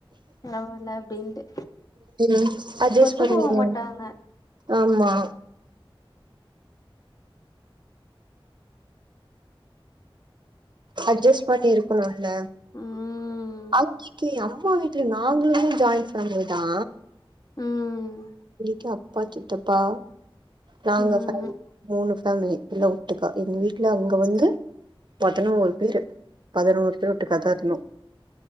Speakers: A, on the left; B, on the right.
A: யாரோ வர்ல அப்டின்ட்டு
B: ம் அஜ்ஜஸ்
A: ஒத்து
B: பண்ணனு
A: போக மாட்டாங்க
B: ஆமா அஜ்ஜஸ் பண்ணி இருக்கணுல்ல
A: ம்
B: அங்கிக்கி அம்மா வீட் டு நாங்களுமே ஜாயின் ஃபேமிலி தா
A: ம்
B: பெரியப்பா அப்பா சித்தப்பா நாங்க
A: ம்
B: ஃபேமிலி மூணு ஃபேமிலி எல்லா ஒட்டுக்கா எங்க வீட்ல அங்க வந்து பதனோரு பேரு பதனோரு பேர் ஒட்டுக்காதா இருந்தோ